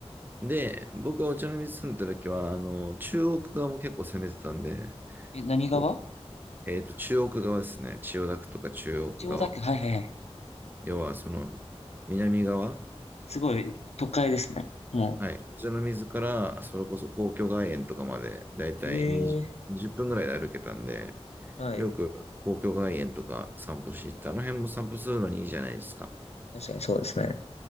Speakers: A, on the right; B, on the left.
A: で、僕がお茶の水住んでたときは、あの、中央区側も結構攻めてたんで、
B: え、何川
A: こう、えっと、中央区側ですね。千代田区とか中央区側。
B: 千代田区、はいはいはい。
A: 要は、その、南側。
B: すごい、都会ですね。も
A: はい。お茶の水から、それこそ皇居外苑とかまで、だいたい20、
B: ええ、
A: 分ぐらいで歩けたんで、
B: はい。
A: よく皇居外苑とか散歩し行って、あの辺も散歩するのにいいじゃないですか。
B: 確かにそうですね。